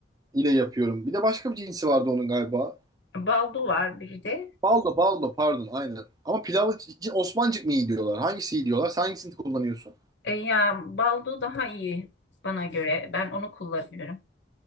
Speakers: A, on the right; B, on the left.
A: ile yapıyorum. Bir de başka bir cinsi vardı onun galiba.
B: Baldo var bir de.
A: Baldo, baldo pardon aynen. Ama pilavı için Osmancık mı iyi diyorlar? Hangisi iyi diyorlar? Sen hangisini kullanıyorsun?
B: Ee, ya baldo daha iyi bana göre. Ben onu kullanıyorum.